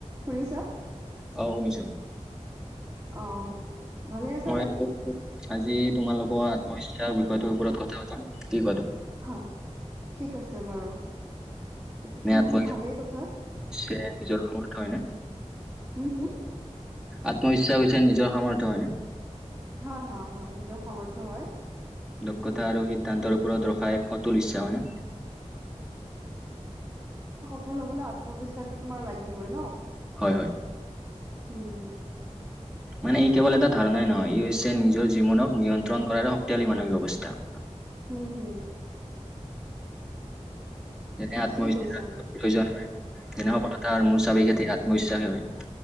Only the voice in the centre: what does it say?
অ শুনিছোঁ
মই
আজি তোমালোকৰ আত্মবিশ্বাস বিষয়টোৰ ওপৰত কথা পম ঠিক কথা
এনে আত্মবিশ্বাস
হৈছে
নিজৰ সামৰ্থ হয়নে
আত্মবিশ্বাস হৈছে নিজৰ সামৰ্থ হয়নে
লোক কথা আৰু সি সিদ্ধান্তৰ ওপৰত ৰখা এক অতুল ইচ্ছা মানে।
হয় হয়
মানে ই কেৱল এটা ধাৰণাই নহ ই হৈছে নিজৰ জীৱনক নিয়ন্ত্ৰণ কৰাৰ শ ইতয়ালি মানসিক অৱস্থা।
যেনে আত্মবিশ্বাসোৱা
যেনে হতা মোৰ সব এই ক্ষ্ৰ আত্মবিশ্বাসে হয়